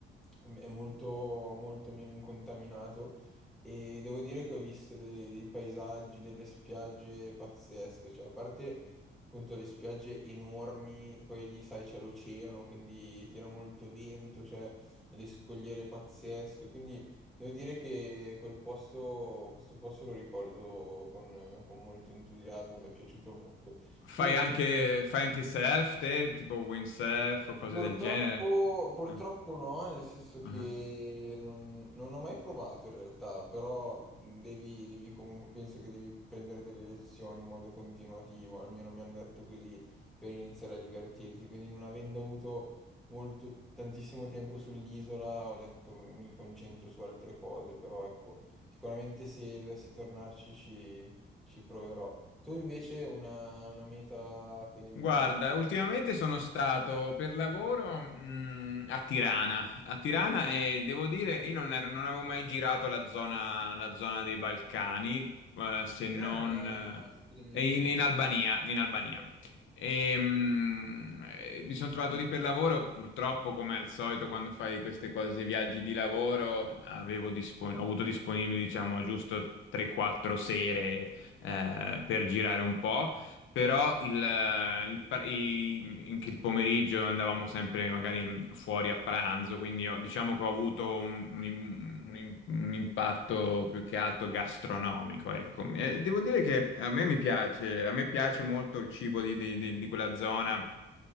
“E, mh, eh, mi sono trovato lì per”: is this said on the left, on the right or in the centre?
Left